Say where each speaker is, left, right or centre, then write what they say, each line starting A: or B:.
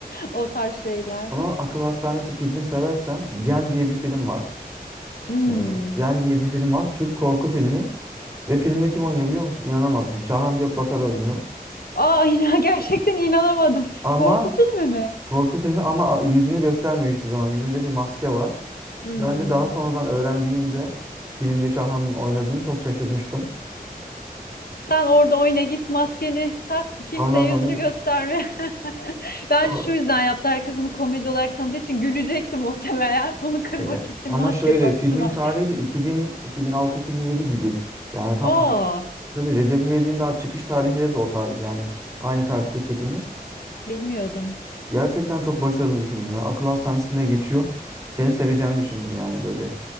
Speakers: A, on the left; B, on the right.
A: O tarz şeyler.
B: Ama Akıl Hastanesi filmi seversen Gen diye bir film var.
A: Hmm.
B: Ee, Gen diye bir film var. Türk korku filmi. Ve filmde kim oynuyor biliyor musun? İnanamazsın. Şahan Gökbakar oynuyor.
A: Aa, <laughs> inan- gerçekten inanamadım.
B: Ama
A: Korku filmi mi?
B: korku filmi ama yüzünü göstermiyor hiçbir zaman. Yüzünde bir maske var.
A: Hmm.
B: Ben de daha sonradan öğrendiğimde filmde Şahan'ın oynadığını çok şaşırmıştım.
A: Sen orada oyna git maskeni tak kimseye
B: Ondan sonra
A: yüzünü gösterme. <laughs> Bence
B: o-
A: şu yüzden yaptı. Herkes onu komedi olarak tanıdığı için gülecekti muhtemelen. <laughs> Bunu kırmak
B: e,
A: için
B: ama
A: maske
B: şöyle
A: taktılar.
B: filmin tarihi de 2000 2006-2007 gibi. Yani tam
A: <laughs> Aa,
B: ha- tabii Recep İvedik'in daha çıkış tarihleri de o tarih yani aynı tarihte çekilmiş.
A: bilmiyordum.
B: Gerçekten çok başarılı bir film ya. Akıl hastanesinde geçiyor. Seni seveceğini düşündüm yani böyle